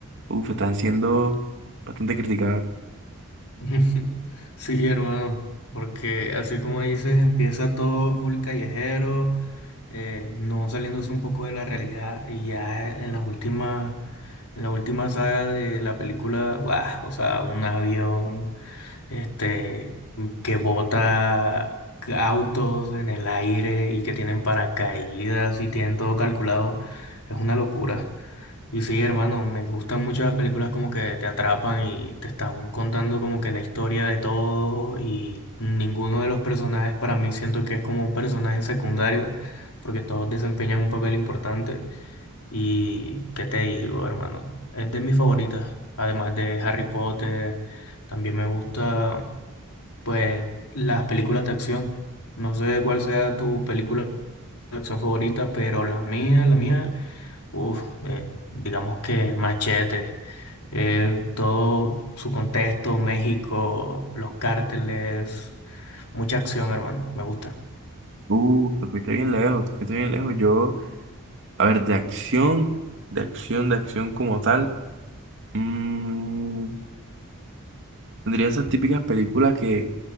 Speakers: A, on the right; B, on the left.
A: uf, están siendo bastante criticadas.
B: <laughs> Sí, hermano, porque así como dices, empieza todo full callejero, eh, no saliéndose un poco de la realidad y ya en las últimas, en la última saga de la película, guau, o sea, un avión, este, que bota autos en el aire y que tienen paracaídas y tienen todo calculado, es una locura. Y sí, hermano, me gustan mucho las películas como que te atrapan y te están contando como que la historia de todo y ninguno de los personajes para mí siento que es como un personaje secundario porque todos desempeñan un papel importante y qué te digo, hermano, es de mis favoritas, además de Harry Potter, también me gusta pues las películas de acción. No sé cuál sea tu película de acción favorita, pero la mía, la mía Uf, eh, digamos que Machete, eh, todo su contexto, México, los cárteles, mucha acción, hermano, me gusta.
A: Uh, te fuiste bien lejos, te fuiste bien lejos. Yo A ver, de acción, de acción, de acción como tal. mm, tendría esas típicas películas que,